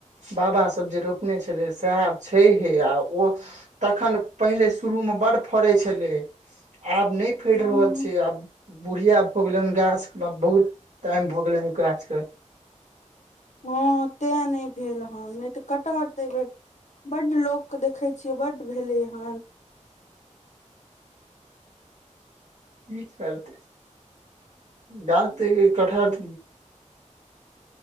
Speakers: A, on the right; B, on the left.
A: बाबा सभ जे रोपने छलै सेहा छैहे आ ओ तखन पहिले शुरू मे बड़ फड़े छलै आब नइ फेर
B: ह
A: रहल छै आब बुढ़िया भ गेले हन गाछ मे बहुत टाइम भ गेले ह गाछ क
B: हँ तैय नइ भेल हन नइ तऽ कटहर तऽ एहि बेर बड्ड लोक के देखे छियै बड्ड भेले हन
A: कि करतै गाछ तऽ एहिबेर कटहर